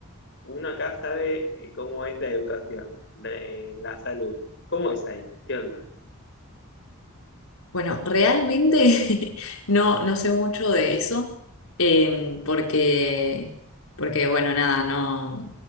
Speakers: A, on the left (about 55°); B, on the left (about 70°).
A: uno acá sabe eh, cómo es la educación, la, eh, la salud. ¿Cómo es ahí? ¿Qué onda?
B: Bueno, realmente <laughs> no, no sé mucho de eso, em, porque, porque, bueno, nada, no,